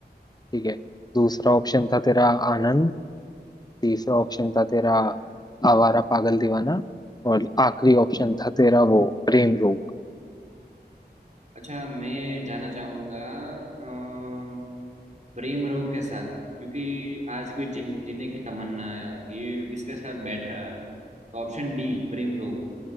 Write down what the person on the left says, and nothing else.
ठीक है दूसरा ऑप्शन था तेरा आनंद तीसरा ऑप्शन था तेरा
आवारा पागल दीवाना और आखिरी ऑप्शन था तेरा वो प्रेम रोग